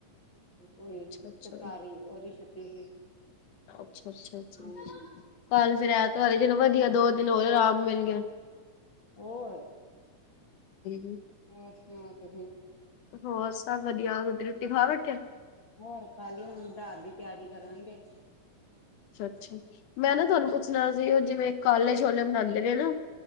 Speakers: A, on the left (about 40°); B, on the left (about 80°).
A: ਕੋਈ
B: ਅੱਛਾ ਅੱਛਾ
A: ਸਰਕਾਰੀ ਉਦੀ ਛੁੱਟੀ ਸੀ।
B: ਅੱਛਾ, ਅੱਛਾ, ਅੱਛਾ।
A: ਹਾਂਜੀ
B: ਕੱਲ ਫੇਰ ਐਤਵਾਰ ਏ, ਚਲੋ ਵਧੀਆ ਦੋ ਦਿਨ ਹੋਏ ਆਰਾਮ ਮਿਲ ਗਿਆ।
A: ਓਏ
B: <unintelligible>
A: ਹੋਰ ਸੁਣਾਓ? ਤੁਸੀ
B: ਹੋਰ ਸਭ ਵਧੀਆ ਰੋਟੀ ਰੂਟੀ ਖਾ ਬੈਠੇ।
A: ਹੋਰ ਖਾਲੀ ਹੁਣ ਰਾਤ ਦੀ ਤਿਆਰੀ ਕਰਾਂਗੇ।
B: ਅੱਛਾ-ਅੱਛਾ ਮੈਂ ਨਾ ਤੁਹਾਨੂੰ ਪੁੱਛਣਾ ਸੀ। ਓ ਜਿਵੇਂ ਕਾਲੇ ਛੋਲੇ ਬਣਾਂਦੇ ਨੇ ਨਾ